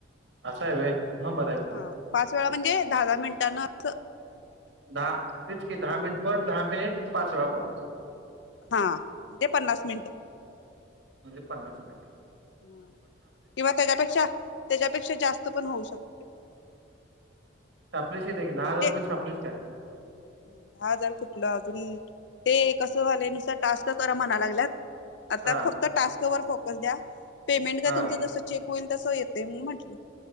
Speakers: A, on the right; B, on the left.
A: असं आहे व्हय मग बरं आहे की
B: हा पाच वेळा म्हणजे दहा- दहा मिनिटांना अस
A: दहा तेच की दहा मिनिट पण दहा मिनिट पाच वेळा कॉल
B: हा ते पन्नास मिनिट
A: म्हणजे पन्नास मिनट
B: हा किंवा त्याज्यापेक्षा त्याज्यापेक्षा जास्त पण होऊ शक
A: छापलीस किती दहा हजार
B: म्हणजे
A: रुपये छापलीस काय
B: दहा हजार कुठलं अजून ते कस झालय नुसत टास्क कर म्हणाय लागल्यात आता
A: हा
B: फक्त टास्क वर फोकस द्या. पेमेंट काय
A: हा
B: तुमचं जसं चेक होईल तसं येते म म्हटली.